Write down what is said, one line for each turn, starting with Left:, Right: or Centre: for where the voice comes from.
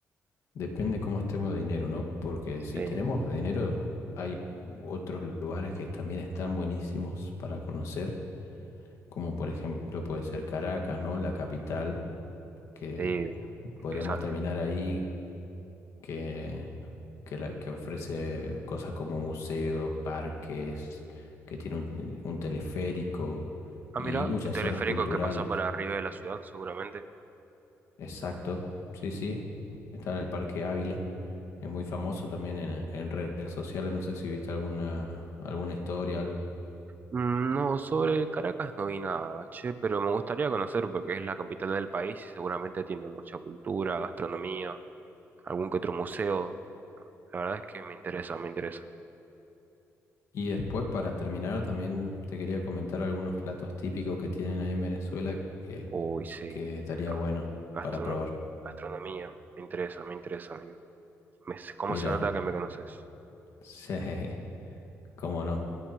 Left: depende cómo estemos de dinero, ¿no? Porque
Right: Sí,
Left: si tenemos dinero, hay otros lugares que también están buenísimos para conocer, como por ejemplo puede ser Caracas, ¿no? La capital, que
Right: sí.
Left: podríamos
Right: Esa.
Left: terminar ahí que, que, la- que ofrece cosas como museos, parques, que tiene un, eh, un teleférico
Right: Ah,
Left: y
Right: mira,
Left: muchas
Right: teleférico
Left: zonas culturales.
Right: que pasa por arriba de la ciudad, seguramente.
Left: Exacto, sí, sí. Está en el Parque Ávila. Es muy famoso también en, en redes sociales. No sé si viste alguna, alguna historia, algo.
Right: Mm, No, sobre Caracas no vi nada, che, pero me gustaría conocer porque es la capital del país y seguramente tiene mucha cultura, gastronomía, algún que otro museo. La verdad es que me interesa, me interesa.
Left: Y después, para terminar, también te quería comentar algunos platos típicos que tienen ahí en Venezuela que,
Right: Uy, sí.
Left: que estaría
Right: Ah,
Left: bueno
Right: Gastrono-
Left: para probar.
Right: gastronomía, me interesa, me interesa, amigo. Me- ¿cómo
Left: Mira,
Right: se nota que me conoces?
Left: <laughs> sí, cómo no.